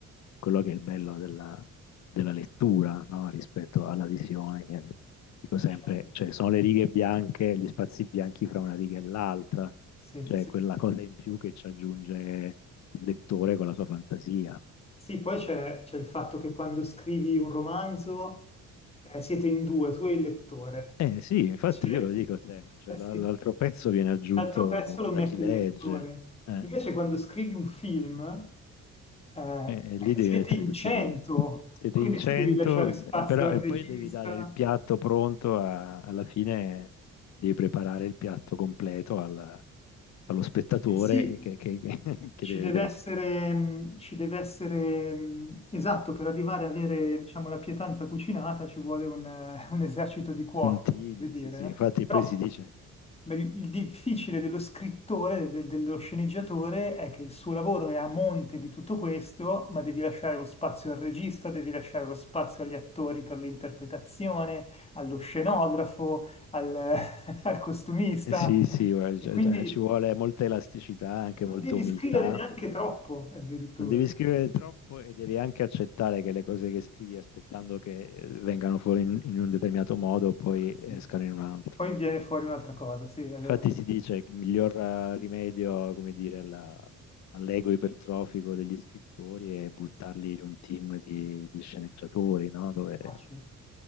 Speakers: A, on the left; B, on the left.
A: quello che è il bello della, della lettura, no? Rispetto alla visione. Io dico sempre,
B: certo.
A: cioè sono le righe bianche, gli spazi bianchi fra una riga e l'altra
B: Sì,
A: cioè,
B: sì,
A: quella
B: sì.
A: cosa in più che ci aggiunge il lettore con la sua fantasia.
B: Sì, poi c'è c'è il fatto che quando scrivi un romanzo eh, siete in due, tu e il lettore.
A: Eh sì, infatti
B: Invece,
A: io lo dico sempre, cioè,
B: eh
A: l-
B: sì,
A: l'altro pezzo viene aggiunto
B: L'altro pezzo lo
A: da
B: mette
A: chi legge,
B: il lettore.
A: eh,
B: Invece quando scrivi un film, eh,
A: e, e lì devi
B: siete
A: mettere
B: in
A: tutti
B: cento,
A: i pezzi. Siete
B: quindi
A: in 100,
B: tu devi lasciare spazio
A: eh, però,
B: al
A: e
B: regista.
A: poi devi dare il piatto pronto a- alla fine, devi preparare il piatto completo al- allo spettatore
B: Eh sì,
A: che, che- <laughs> che
B: Ci
A: deve
B: deve
A: vedere
B: essere,
A: tutto.
B: mh, ci deve essere, mh, esatto, per arrivare a avere, diciamo, la pietanza cucinata ci vuole un, <laughs> eh, un esercito di cuochi,
A: Un team,
B: per dire,
A: sì sì,
B: no?
A: infatti
B: Però
A: poi si dice...
B: ma il il difficile dello scrittore, del- dello sceneggiatore, è che il suo lavoro è a monte di tutto questo, ma devi lasciare lo spazio al regista, devi lasciare lo spazio agli attori per l'interpretazione, allo scenografo, al, <laughs> al costumista.
A: Eh Sì, sì, guarda,
B: E
A: cioè,
B: quindi
A: cioè, ci vuole molta elasticità, anche
B: non
A: molta
B: devi
A: umiltà.
B: scrivere neanche troppo, addirittura.
A: Non devi scrivere troppo e devi anche accettare che le cose che scrivi aspettando che eh, vengano fuori in, in un determinato modo poi
B: Sì.
A: escano in un altro.
B: Poi viene fuori un'altra cosa, sì, è vero.
A: Infatti si dice che il miglior eh, rimedio, come dire, alla- all'ego ipertrofico degli scrittori è buttarli in un team di, di sceneggiatori, no? Dove
B: Facile.